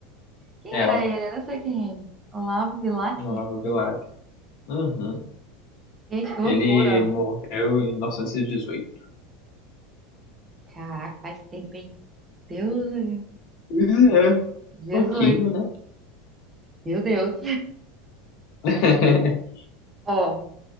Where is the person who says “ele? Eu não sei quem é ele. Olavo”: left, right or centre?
Right